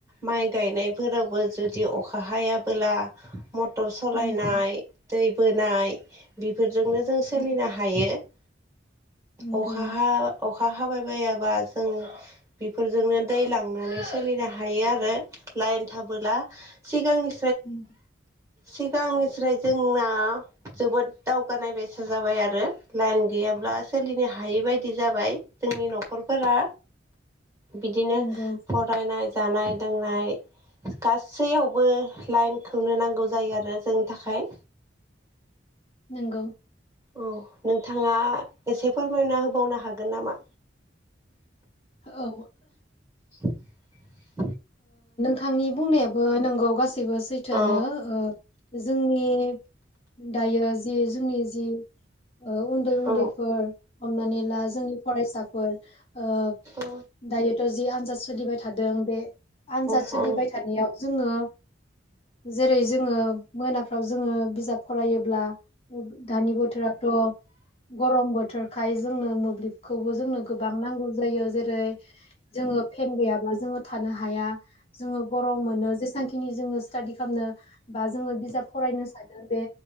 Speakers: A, on the right; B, on the left.
A: माइ गायनायफोरावबो जुदि अखा हायाबोला। मटर सालायनाय
B: नंगौ
A: दै बोनाय। बे शफोरजोंनो जों सोलिनो
B: नंगौ
A: हायो। <inaudible>
B: नंगौ
A: अखा हा अखा अखा हाबाय बायाबा जों बेफोरजोंनो दै लांनानै सोलिनो हायो आरो लाइन थाबोला सिगांनि
B: उ
A: सिगांनिस्राय जोंना जोबोद दावगानाय बेसा जाबाय आरो लाइन गैयाब्ला सोलिनो हा बेबायदि जाबाय जोंनि न'खरफोरा बिदिनो
B: नंगौ
A: फरायनाय जानाय- लोंनाय गासैयावबो लाइनखौनो नांगौ जायो आरो जोंनि थाखाय
B: नंगौ
A: औ नोंथाङा एसे फोरमायना होबावनो हागोन नामा
B: औ
A: <inaudible>
B: बिथांनि बुंनायाबो नोंगौ गासि गासिबो सैथोआनो
A: अ
B: जोंनि दायो जे जि जोंनि जि उन्दै-उन्दैफोर
A: औ
B: हमनानै ला जोंनि फरायसाफोर ओ
A: अ
B: दायोथ' जि आनजाद सोलिबाय थादों बे आनजाद
A: हाया
B: सोलिबाय थानायाव जोङो जेरै जोङो मोनाफ्राव जोङो बिजाब फरायोब्ला दानि बोथोराथ' गरम बोथोर बोथोरखाय जोंनो मोब्लिबखौबो जोंनो गोबां नांगौ जायो। जेरै जोङो फेन गैयाब्ला जो थानो हाया हाया जोङो गरम' मोनो जेबांखि खिनि जोङो स्टाादि खालामनो बा जोङो बिजाब फरायनो सानदों बे